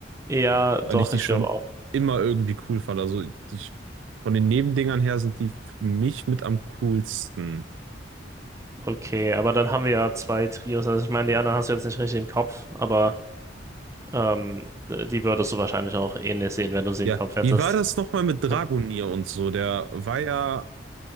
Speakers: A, on the right (about 15°); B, on the right (about 80°).
A: Ja,
B: weil
A: doch,
B: ich die
A: ich
B: schon
A: glaube auch.
B: immer irgendwie cool fand. Also die, von den Nebendingern her sind die für mich mit am coolsten.
A: Okay, aber dann haben wir ja zwei Trios. Also ich meine, die anderen hast du jetzt nicht richtig im Kopf, aber ähm, d- die würdest du wahrscheinlich auch ähnlich sehen, wenn du sie
B: Ja,
A: im Kopf hättest.
B: wie war das nochmal mit Dragonier
A: Hm,
B: und so? Der war ja